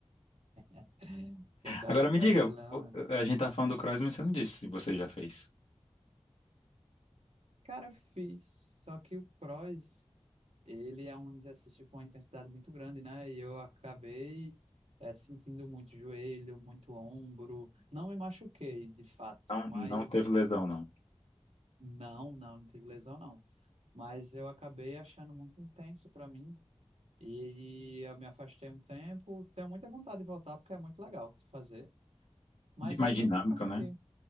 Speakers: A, on the right (about 90°); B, on the left (about 75°).
A: <laughs> Tem que adotar
B: Agora me diga,
A: esse leão,
B: vo-
A: né?
B: eh, a gente tá falando do cross, mas você não disse se você já fez.
A: Cara, eu fiz, só que o cross. ele é um exercício com uma intensidade muito grande, né? E eu acabei eh, sentindo muito joelho, muito ombro. Não me machuquei, de fato,
B: Não,
A: mas
B: não teve lesão, não.
A: não, não, não tive lesão, não. Mas eu acabei achando muito intenso para mim. E eu me afastei um tempo. Tenho muita vontade de voltar porque é muito legal de fazer. Mas
B: Di- Mais
A: aí
B: dinâmico,
A: nunca consegui.
B: né?